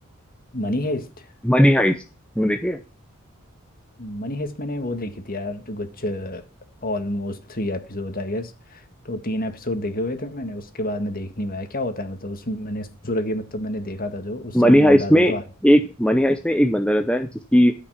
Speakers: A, on the left; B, in the centre.
A: Money Heist
B: Money heist तुमने देखी है
A: मनी हेस्ट मैंने वो देखी थी यार कुछ almost three episode I guess तो तीन एपिसोड देखे हुए थे मैंने उसके बाद में देख नहीं पाया क्या होता है मतलब उसमें मैंने सूरज मतलब मैंने देखा था जो उससे
B: मनी
A: मुझे
B: हाइस्ट
A: अंदाजा
B: में
A: तो आ गया
B: एक
A: था
B: मनी हाइस्ट में एक बंदा रहता है जिसकी